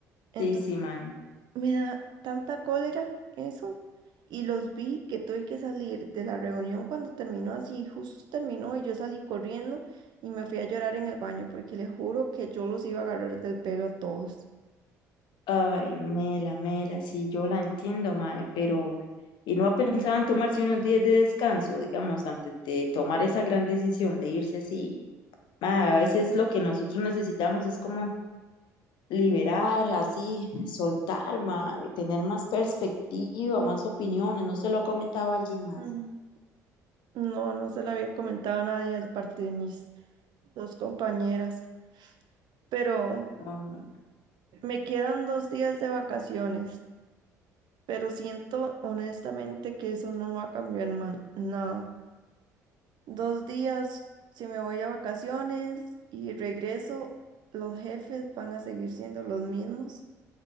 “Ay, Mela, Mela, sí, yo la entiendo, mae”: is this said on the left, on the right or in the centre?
Left